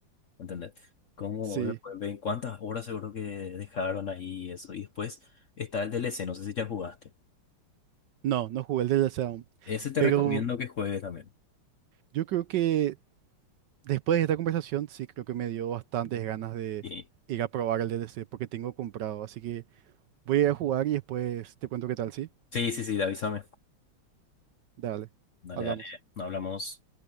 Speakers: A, on the left; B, on the right.
A: ¿Entendés? ¿Cómo
B: Sí,
A: después ven cuántas horas seguro que dejaron ahí y eso? Y después está el D L C. no sé si ya jugaste.
B: no, no jugué el DLC aún.
A: Ese te
B: Pero
A: recomiendo que juegues también.
B: yo creo que Después de esta conversación, sí creo que me dio bastantes ganas de
A: Y...
B: ir a probar el DLC porque tengo comprado. Así que voy a ir a jugar y después te cuento qué tal, ¿sí?
A: Sí, sí, sí, avísame.
B: Dale,
A: Dale,
B: hablamos.
A: dale. Nos hablamos.